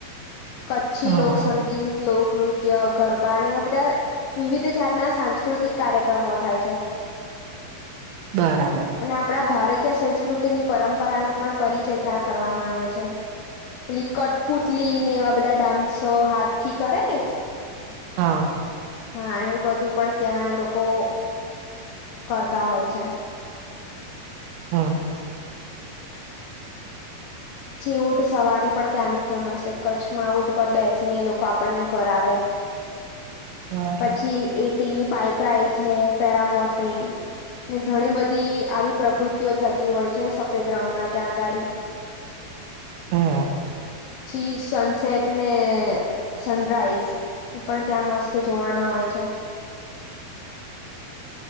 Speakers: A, on the left; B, on the right.
A: કચ્છી
B: હા
A: લોકસંગીત, લોકનૃત્ય, ગરબા અને એવા બધા વિવિધ જાતના સાંસ્કૃતિક કાર્યક્રમો થાય છે.
B: બરાબર.
A: અને આપણા ભારતીય સંસ્કૃતિની પરંપરાનો પણ પરિચય ત્યાં કરવામાં આવે છે. પેલી કટપુતલી ને એવા બધા ડાન્સો હાથ થી કરે ને.
B: હા.
A: હા એવું બધું પણ ત્યાં લોકો. કરતા હોય છે.
B: હમ.
A: પછી ઊંટ સવારી પણ ત્યાંની ફેમસ છે કચ્છમાં ઊંટ પર બેસીને એ લોકો આપણને ફરાવે. <inaudible>
B: બરાબર
A: પછી એટીવી બાઈક રાઈડ છે પેરા મોોટરિંગ. ને ઘણી બધી આવી પ્રવૃત્તિઓ થતી હોય છે સફેદ રણમાં ત્યાંગાડી.
B: હા.
A: શી સનસેટ ને સનરાઈઝ. પણ ત્યાં મસ્ત જોવાના હોય છે.